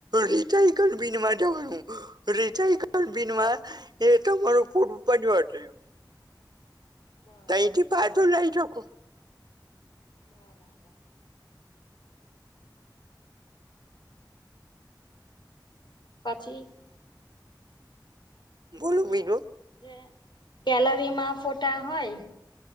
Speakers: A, on the right; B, on the left.
A: રિસાયકલબિન માં જવાનું રીસાયકલબીનમાં એ તમારું પૂર <unintelligible>
B: બરાબર
A: તઈથી પાછું લઈ શકુ
B: બરાબર. પછી
A: બોલો
B: અને
A: બીજું
B: જે ગેલરીમાં ફોટા હોય